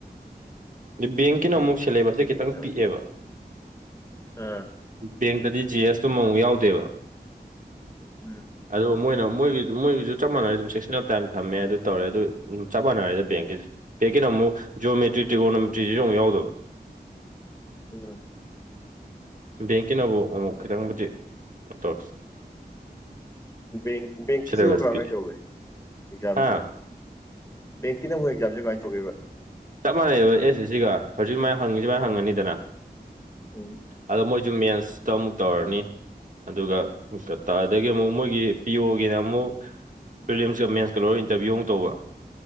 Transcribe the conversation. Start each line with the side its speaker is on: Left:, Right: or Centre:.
Right: ꯑꯗꯩ ꯕꯦꯡꯀꯤꯅ
Left: ꯌꯥꯝ
Right: ꯑꯃꯨꯛ ꯁꯦꯂꯦꯕꯁꯁꯦ
Left: ꯂꯨꯔꯤꯅꯦ
Right: ꯈꯤꯇꯪ
Left: ꯇꯧꯔꯤ
Right: ꯄꯤꯛꯑꯦꯕ
Left: ꯑꯥ
Right: ꯕꯦꯡꯇꯗꯤ ꯖꯤ ꯑꯦꯁ ꯇꯨ ꯑꯃꯃꯨꯛ ꯌꯥꯎꯗꯦꯕ
Left: ꯎꯝ
Right: ꯑꯗꯨꯒ ꯃꯣꯏꯅ ꯃꯣꯏꯒꯤ ꯃꯣꯏꯒꯤꯁꯨ ꯆꯞ ꯃꯥꯟꯅꯔꯦ ꯑꯗꯨꯝ ꯁꯦꯛꯁꯅꯦꯜ ꯇꯥꯏꯝ ꯊꯝꯃꯦ ꯑꯗꯨ ꯇꯧꯔꯦ ꯑꯗꯨ ꯆꯞ ꯃꯥꯟꯅꯔꯦꯗ ꯕꯦꯡꯀꯤꯗꯤ ꯕꯦꯡꯀꯤꯅ ꯑꯃꯨꯛ ꯖ꯭ꯌꯣꯃꯤꯇ꯭ꯔꯤ ꯇ꯭ꯔꯤꯒꯣꯅꯣꯃꯤꯇ꯭ꯔꯤꯖꯤꯖꯨ ꯑꯃꯨꯛ ꯌꯥꯎꯗꯕ
Left: ꯎꯝ
Right: ꯕꯦꯡꯀꯤꯅꯕꯨ ꯑꯃꯨꯛ ꯈꯤꯇꯪꯕꯨꯗꯤ <unintelligible>
Left: ꯕꯦꯡ ꯕꯦꯡꯀꯤꯁꯤꯅ
Right: ꯁꯤꯂꯦꯕꯁ
Left: ꯀꯔꯝꯃꯥꯏꯅ
Right: ꯄꯤꯛꯑꯦ
Left: ꯇꯧꯒꯦ ꯑꯦꯛꯖꯥꯝꯁꯦ
Right: ꯍꯥ
Left: ꯕꯦꯡꯀꯤꯅ ꯑꯃꯨꯛ ꯑꯦꯛꯖꯥꯝꯁꯦ ꯀꯃꯥꯏ ꯇꯧꯒꯦꯕ
Right: ꯆꯞ ꯃꯥꯟꯅꯩꯑꯕ ꯑꯦꯁ ꯑꯦꯁ ꯁꯤꯒ ꯍꯧꯖꯤꯛ ꯁꯨꯃꯥꯏꯅ ꯍꯪꯉꯤ ꯁꯨꯃꯥꯏꯅ ꯍꯪꯉꯅꯤꯗꯅ
Left: ꯎꯝ ꯎꯝ
Right: ꯑꯗꯣ ꯃꯣꯏ ꯖꯨꯝ ꯃꯦꯟꯁꯇ ꯑꯃꯨꯛ ꯇꯧꯔꯅꯤ ꯑꯗꯨꯒ ꯀꯇꯥꯗꯒꯤ ꯑꯃꯨꯛ ꯃꯣꯏꯒꯤ ꯄꯤ ꯑꯣꯒꯤꯅ ꯑꯃꯨꯛ ꯄ꯭ꯔꯤꯂꯤꯝꯁꯀ ꯃꯦꯟꯁꯀ ꯂꯣꯏꯔꯒ ꯏꯟꯇꯔꯕ꯭ꯌꯨ ꯑꯃꯨꯛ ꯇꯧꯕ